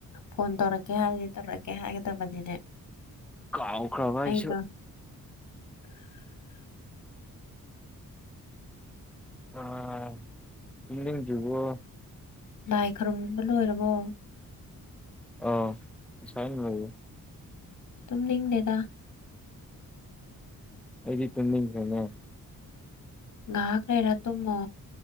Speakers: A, on the left (about 55°); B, in the centre.
A: ꯐꯣꯟ ꯇꯧꯔꯛꯀꯦ ꯍꯥꯏꯔꯗꯤ ꯇꯧꯔꯛꯀꯦ ꯍꯥꯏꯒꯗꯕꯅꯤꯅꯦ
B: ꯀꯥꯎꯈ꯭ꯔꯕ ꯑꯩꯁꯨ
A: ꯑꯩꯗꯣ <inaudible>
B: ꯑꯥ ꯇꯨꯝꯅꯤꯡꯗ꯭ꯔꯤꯕꯣ
A: ꯂꯥꯏ ꯈꯨꯔꯨꯝꯕ ꯂꯣꯏꯔꯕꯣ
B: ꯑꯥ ꯉꯁꯥꯏꯅ ꯂꯣꯏꯔꯦ
A: ꯇꯨꯝꯅꯤꯡꯗꯦꯗ
B: ꯑꯩꯗꯤ ꯇꯨꯝꯅꯤꯡꯕꯅ
A: ꯉꯥꯛ ꯂꯩꯔ ꯇꯨꯝꯃꯣ